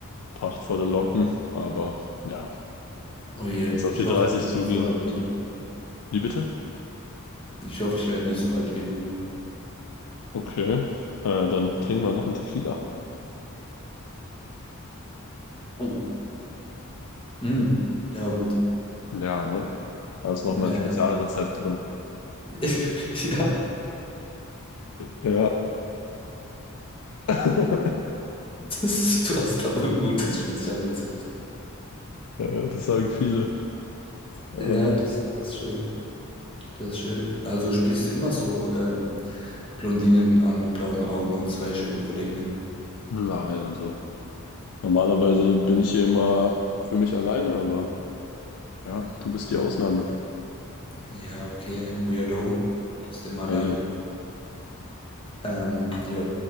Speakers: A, on the left; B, on the left.
A: prachtvolle Locken, aber ja,
B: Oh je,
A: als auf
B: ich
A: die 30
B: hoffe, ich werde
A: zuging.
B: nicht so alt wie du.
A: Wie bitte?
B: Ich hoffe, ich werde nicht so alt wie du.
A: Okay, äh, dann trinken wir noch einen Tequila.
B: Oh. Mm, der war gut.
A: Ja, ne? Da ist noch
B: Ja,
A: ein Spezialrezept
B: ja, sehr.
A: drin.
B: <laughs> Ja,
A: Ja, <laughs>
B: das, du hast aber ein gutes Spezialrezept.
A: Ja, das sagen viele. Ähm,
B: Ja, das, das ist schön. Das ist schön. Also sprichst du immer so ähm, Blondinen an mit blauen Augen und zwei schönen Kolleginnen.
A: nein, also normalerweise bin ich hier immer für mich alleine, aber ja, du bist die Ausnahme.
B: Ja, okay, Weirdo. Bist immer alleine.
A: Hey,
B: Ähm, ja,